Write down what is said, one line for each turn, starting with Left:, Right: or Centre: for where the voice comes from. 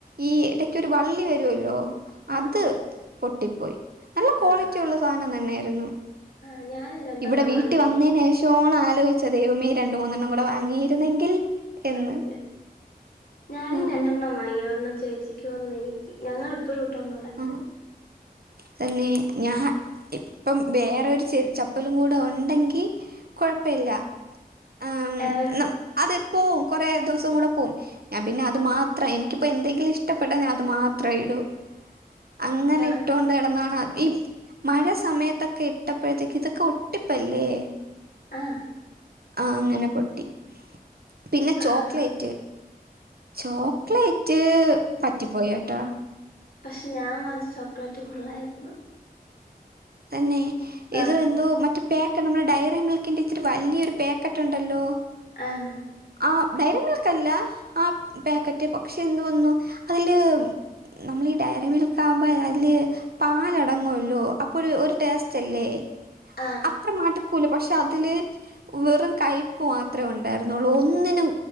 Right: ഈ ഇടക്കൊരു വള്ളി വരുവല്ലോ
Left: ആഹ്
Right: അത് പൊട്ടിപ്പോയി നല്ല ക്വാളിറ്റി
Left: ആഹ്
Right: ഉള്ള സാധനം തന്നെയായിരുന്നു രുന്നു
Left: ആഹ് ഞാനും രണ്ടെണ്ണം
Right: ഇവിടെ വീട്ടിവന്നേനേഷാണ്
Left: വാങ്ങി
Right: അ ആലോയിച്ച ദൈവമെ രണ്ടമൂന്നെണ്ണംകൂടി വാങ്ങിയിരുന്നെങ്കിൽ എന്ന്
Left: സത്യം ഞാനും
Right: ആ
Left: രണ്ടെണ്ണം
Right: ആ
Left: വാങ്ങിയ ഒരെണ്ണം ചേച്ചി ച്ചിക്കൂന്ന് ഒന്നെനിക്കും ഞങ്ങൾ ഇപ്പഴുട്ടോണ്ടടക്കണ്
Right: ആ തന്നെ ഞാൻ ഇപ്പം വേറെരു ചെ ചപ്പലും കൂടെ ഒണ്ടെങ്കി കുഴപ്പില്ല ആഹ്
Left: ഏഹ്
Right: അം അത് പോവും കൊറെ ദിവസം കൂടെ പോം ഞാൻ പിന്നെ അത് മാത്രം എനിക്കിപ്പോ എന്തെങ്കിലും ഇഷ്ടപ്പെട്ട ഞാൻ അത് മാത്രെഇടൂ അങ്ങനെ
Left: ആഹ്
Right: ഇട്ടോണ്ട് ഇടന്നാണ് ഈ മഴ സമയത്തൊക്കെ ഇട്ടപ്പോഴത്തേക്ക് ഇതൊക്കെ ഒട്ടിപ്പല്ലേ
Left: ആഹ്
Right: ആ അങ്ങനെ പൊട്ടി പിന്നെ ചോക്ലേറ്റ്
Left: ആഹ്
Right: ചോക്ലേറ്റ് പ പറ്റിപോയട്ടാ
Left: പക്ഷെ ഞാൻ വാച്ച ചോക്ലേറ്റ് കൊള്ളായിരുന്നു
Right: തന്നെ ഇത്
Left: ആഹ്
Right: എന്തോ മറ്റെ പാക്ക് നമ്മുടെ ഡയറി മിൽക്കിൻ്റെ ഇച്ചിരി വലിയൊരു പാക്കറ്റ് ഒണ്ടല്ലോ
Left: ആഹ്
Right: ആ ഡയറി മിൽക്കല്ല ആ പാക്കറ്റ് പക്ഷെ എന്ത് വന്നു അതില് നമ്മളീ ഡയറി മിൽക്കാവുമ്പോ അയില് പാലടങ്ങുല്ലോ അപ്പൊരു ഒരു ടേസ്റ്റല്ലേ
Left: ആഹ്
Right: അത്ര മടുക്കൂല പക്ഷെ അതില് വെറും കയിപ്പ്മാത്രെ ഒണ്ടായിരുന്നുള്ളൂ ഒന്നിനും